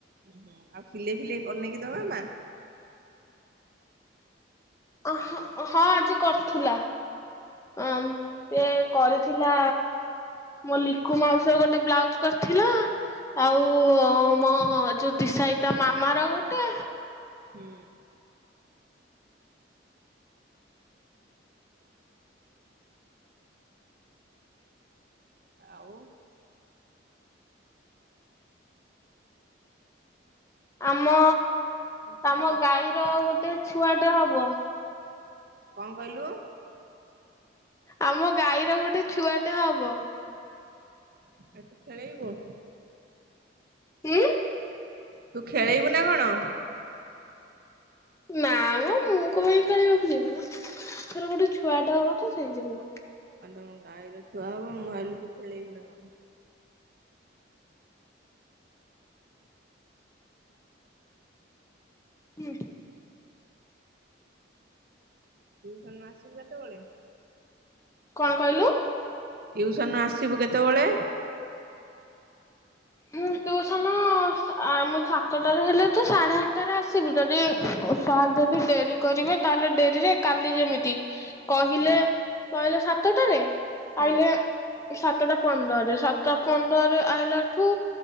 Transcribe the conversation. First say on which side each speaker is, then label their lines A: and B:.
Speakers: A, on the right (about 50°); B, on the left (about 15°).
A: ଉଁ ହୁଁ। ଆଉ ସିଲେଇ ଫିଲେଇ କରୁନିକି ତୋ ମାମା?
B: ଅହଁ ହଁ ଆଜି କରୁଥିଲା। ଅଁ ସେ କରିଥିଲା। ମୋ ଲିକୁ ମାଉସୀର ଗୋଟେ ବ୍ଲାଉଜ କରିଥିଲା। ଆଉ ମୋ ଯୋ ସାଇ ତା ମାମାର ଗୋଟେ।
A: ହୁଁ। ଆଉ?
B: ଆମ
A: ଆଉ କଣ କହ
B: ଆମ ଗାଈର ଗୋଟେ ଛୁଆଟେ ହବ।
A: କଣ କହିଲୁ।
B: ଆମ ଗାଈର ଗୋଟେ ଛୁଆଟେ ହବ।
A: ତାକୁ ଖେଲେଇବୂ?
B: କି।
A: ତୁ ଖେଳେଇବୁ ନା କଣ?
B: ନା ମ ମୁଁ କ ପାଇଁ ଖେଳେଇବାକୁ ଯିବି। ତାର ଗୋଟେ ଛୁଆ ଟେ ହବ ତ। ହେଇଯିବୁ।
A: କଣ ତମ ଗାଈର ଛୁଆ ହବ ମୁଁ ଭାବିଲି ତୁ ଖେଲେଇବୁନା କଣ।
B: ଇଏ
A: ଟ୍ୟଉସନ ରୁ ଆସିବୁ କେତେବେଳେ?
B: କଣ କହିଲୁ?
A: ଟିଉସନ ରୁ ଆସିବୁ କେତେବେଳେ?
B: ହଁ ଟ୍ୟୁସନ ଆ ମୁଁ ସାତଟାରେ ହେଲେ ତ ସାଢେ ଆଠଟାରେ ଆସିବି। ଯଦି ଆ ଯଦି ଡେରି କରିବେ ତାହେଲେ ଡେରିରେ କାଲି ଯେମିତି କହିଲେ
A: ହୁଁ
B: କହିଲେ ସାତଟାରେ?
A: ହୁଁ।
B: ଆଇଲେ ସାତଟା ପନ୍ଦରରେ ସାତଟା ପନ୍ଦରରେ ଆଇିଲା ଠୁ